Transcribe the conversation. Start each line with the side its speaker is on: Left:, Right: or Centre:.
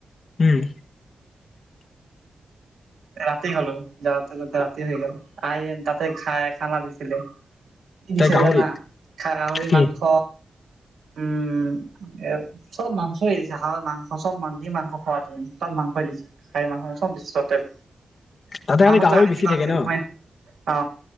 Left: উম
Right: ৰাতি গ'লো যাৱাতে যাৱাতে ৰাতি হৈ গ'ল, আই তাতে খাই খানা দিছিলি কি দিছে
Left: তাই গাহৰি
Right: জানা? খাৰ গাহৰি
Left: কি
Right: মাংস উম চব মাংস দিছে। হাঁহৰ মাংস চব মা যি মাংস খোৱা তুমি চব মাংস দিছে। খাহি মাংস চব বছি টটেল
Left: তাতে খালি
Right: আমাক
Left: গাহৰি
Right: আ
Left: বেছি
Right: দিবা
Left: থাকে
Right: লাগছি
Left: ন
Right: নহয় অ